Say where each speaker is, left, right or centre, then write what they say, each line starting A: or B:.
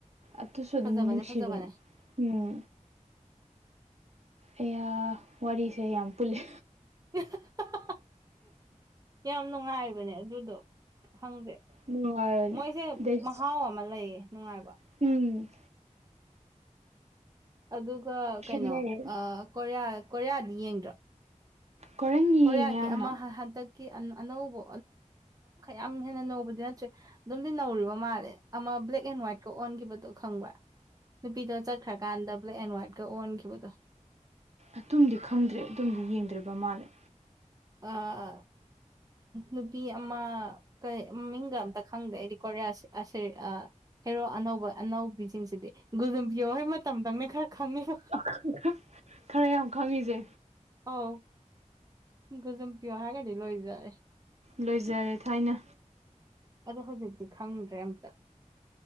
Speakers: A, on the right; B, on the right.
A: ꯑꯗꯨꯁꯨ ꯑꯗꯨꯝ
B: ꯐꯖꯕꯅꯦ
A: ꯅꯨꯡꯁꯤꯕꯅꯤ
B: ꯐꯖꯕꯅꯦ
A: ꯎꯝ ꯑꯌꯥ ꯋꯥꯔꯤꯁꯦ ꯌꯥꯝ ꯄꯨꯜꯂꯦ
B: ꯏꯍꯥꯍꯥꯍꯥꯍꯥ ꯌꯥꯝ ꯅꯨꯡꯉꯥꯏꯕꯅꯦ ꯑꯗꯨꯗꯣ ꯈꯪꯗꯦ
A: ꯅꯨꯡꯉꯥꯏꯕꯅꯦ
B: ꯃꯣꯏꯖꯦ
A: ꯑꯗꯩ
B: ꯃꯍꯥꯎ ꯑꯃ ꯂꯩꯌꯦ ꯅꯨꯡꯉꯥꯏꯕ
A: ꯎꯝ
B: ꯑꯗꯨꯒ
A: ꯈꯦꯠꯅꯔꯦ
B: ꯀꯩꯅꯣ ꯑꯥ ꯀꯣꯔꯤꯌ ꯀꯣꯔꯤꯌꯗꯤ ꯌꯦꯡꯗ꯭ꯔꯣ
A: ꯀꯣꯔꯦꯟ ꯌꯦꯡꯉꯦ
B: ꯀꯣꯔꯤꯌꯒꯤ
A: ꯌꯥꯝꯅ
B: ꯑꯃ ꯍꯥ ꯍꯥ ꯍꯟꯇꯛ ꯑꯅ ꯑꯅꯧꯕ ꯌꯥꯝ ꯍꯦꯟꯅ ꯅꯧꯕꯗꯤ ꯅꯠꯇ꯭ꯔꯦ ꯑꯗꯨꯝꯗꯤ ꯅꯧꯔꯤꯕ ꯃꯜꯂꯦ ꯑꯃ ꯕ꯭ꯂꯦꯛ ꯑꯦꯟ ꯋꯥ꯭ꯏꯠꯀ ꯑꯣꯟꯒꯤꯕꯗꯣ ꯈꯪꯕ꯭ꯔ ꯅꯨꯄꯤꯗꯣ ꯆꯠꯈ꯭ꯔꯀꯥꯟꯗ ꯕ꯭ꯂꯦꯛ ꯑꯦꯟ ꯍ꯭ꯋꯥꯏꯠꯀ ꯑꯣꯟꯒꯤꯕꯗꯣ
A: ꯑꯗꯨꯝꯗꯤ ꯈꯪꯗ꯭ꯔꯦ ꯑꯗꯨꯝꯗꯤ ꯌꯦꯡꯗ꯭ꯔꯦꯕ ꯃꯜꯂꯦ
B: ꯑꯥꯑ ꯅꯨꯄꯤ ꯑꯃ ꯀꯩ ꯃꯃꯤꯡꯒ ꯑꯝꯇ ꯈꯪꯗꯦ ꯑꯩꯗꯤ ꯀꯣꯔꯤꯌꯥ ꯁꯦ ꯑꯥ ꯍꯦꯔꯣ ꯑꯅꯧꯕ ꯑꯅꯧꯕꯤꯁꯤꯡꯖꯤꯗꯤ ꯒꯨꯖꯨꯝꯕꯤꯌꯣ ꯍꯣꯏ ꯃꯇꯝꯗꯪꯅꯦ ꯈꯔ ꯈꯪꯉꯦꯕ
A: ꯈꯪ ꯈ ꯈꯔ ꯌꯥꯝ ꯈꯪꯉꯤꯖꯦ
B: ꯑꯧ ꯒꯨꯖꯨꯝ ꯄꯤꯌꯣ ꯍꯥꯏꯒ꯭ꯔꯗꯤ ꯂꯣꯏꯖꯔꯦ
A: ꯂꯣꯏꯖꯔꯦ ꯊꯥꯏꯅ
B: ꯑꯗꯣ ꯍꯧꯖꯤꯛꯇꯤ ꯈꯪꯗ꯭ꯔꯦ ꯑꯝꯇ